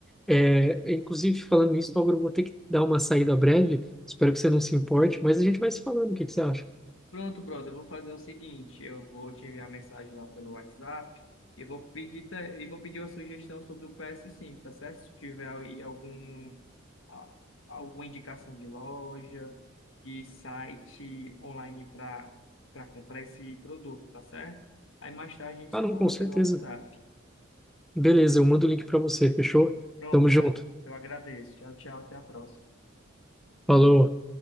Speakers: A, in the centre; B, on the left.
A: É, inclusive, falando nisso, Bárbara, eu vou ter que dar uma saída breve. Espero que você não se importe, mas a gente vai se falando. O que que você acha?
B: Pronto, brother, eu vou fazer o seguinte, eu vou te enviar mensagem lá pelo WhatsApp e vou pedir ta- e vou pedir uma sugestão sobre o ps cinco, tá certo? Se tiver aí algum a- alguma indicação de loja, de site online para para comprar esse produto, tá certo? Aí mais tarde a gente
A: Ah,
B: se
A: não,
B: fala
A: com
B: lá
A: certeza.
B: pelo WhatsApp.
A: Beleza, eu mando o link para você, fechou?
B: Pronto,
A: Tamo
B: tá?
A: junto.
B: eu agradeço. Tchau, tchau, até a próxima.
A: Falou.